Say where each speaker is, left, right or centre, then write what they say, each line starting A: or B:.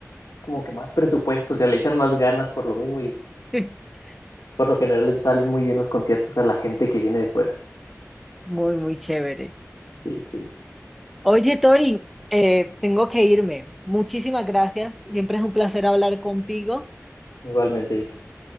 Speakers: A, on the left; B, in the centre.
A: como que más presupuesto, o sea, le echan más ganas por lo mismo y
B: <laughs>
A: por lo general les salen muy bien los conciertos a la gente que viene de fuera.
B: Muy, muy chévere.
A: Sí, sí.
B: Oye, Torin, eh, tengo que irme. Muchísimas gracias. Siempre es un placer hablar contigo.
A: Igualmente, Vicky.